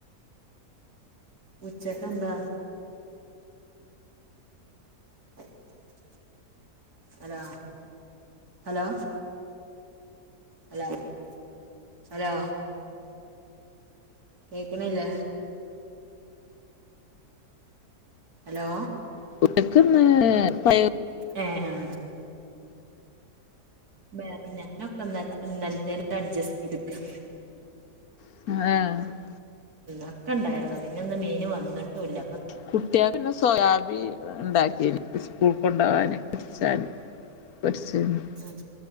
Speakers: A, on the right (about 65°); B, on the left (about 70°).
A: ഉച്ചക്കെ എന്താ.. <inaudible> ഹലോ ഹലോ ഹലോ ഹലോ കേക്കണില്ലേ ഹലോ
B: <unintelligible>
A: ഏ ആഹ വേറെ ഞാനൊക്കെ ഇന്നലത്തെല്ല അഡ്ജസ്റ്റ് ചെയ്തക
B: ആ
A: ഒക്കെ ഇണ്ടായിരുന്നു പിന്നെ ഇന്ന് മീന് വന്നിട്ടുംല്ല
B: കുട്ടിയക്ക്‌ പിന്നെ സോയാബീൻ ഉണ്ടാക്കിനി സ്കൂൾ കൊണ്ടകൻ പച്ച പൊരിച്ചീനി
A: ഉം